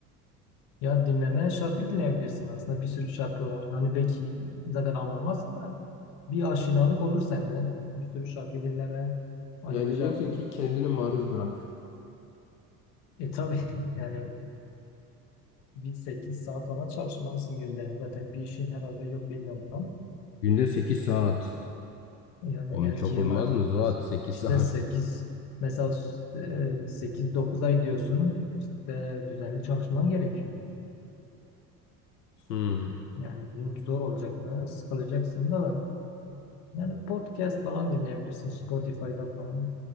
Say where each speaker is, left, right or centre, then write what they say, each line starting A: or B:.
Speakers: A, on the left; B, on the left.
A: Ya dinleme şarkı dinleyebilirsin aslında. Bir sürü şarkı var. Hani belki zaten anlamazsın da bir aşinalık olur sende. Bir sürü şarkı dinleme. Ayrıca
B: Yani diyorsun ki kendini maruz bırak.
A: e tabii <laughs> yani bir 8 saat falan çalışmalısın günde. Zaten bir işin herhalde yok bilmiyorum tam.
B: Günde 8 saat.
A: Yani
B: Oğlum
A: erkeği
B: çok olmaz
A: ama
B: mı Zuhat? 8
A: işte
B: saat.
A: 8 mesela e, sekiz dokuz ay diyorsun işte düzenli çalışman gerekiyor.
B: Hmm.
A: Yani bu zor olacak bayağı sıkılacaksın da da. Yani podcast falan dinleyebilirsin Spotify'da falan.